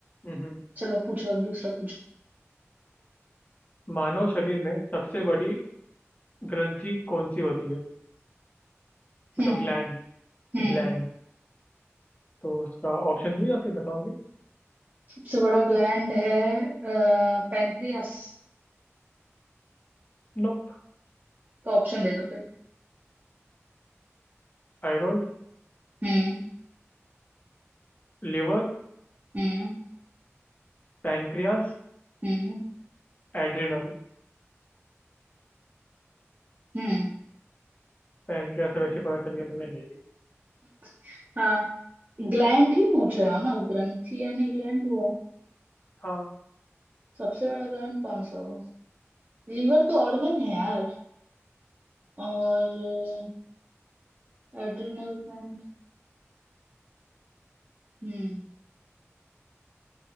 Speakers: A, on the left; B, on the right.
A: हम्म हम्म।
B: चलो पूछो अब दूसरा पूछो
A: मानव शरीर में सबसे बड़ी ग्रंथि कौन सी होती है मतलब
B: हम्म
A: ग्लैंड
B: हम्म
A: ग्लैंड तो उसका ऑप्शन दूं या फिर बताओगे
B: सबसे बड़ा ग्लैंड है पेनक्रियास
A: Nope
B: तो ऑप्शन दे दो फिर
A: Thyroid
B: हम्म
A: Liver
B: हम्म
A: Pancreas
B: हम्म
A: Adrenal
B: हम्म
A: Pancreas तो वैसे ही पता चल गया तुम्हें ये नहीं
B: <laughs> हाँ ग्लैंड ही पूछ रहे हो ना ग्रंथि यानी ग्लैंड हुआ
A: हाँ
B: सबसे बड़ा ग्लैंड कौन सा हुआ लीवर तो ऑर्गन है यार और एड्रिनल ग्लैंड हम्म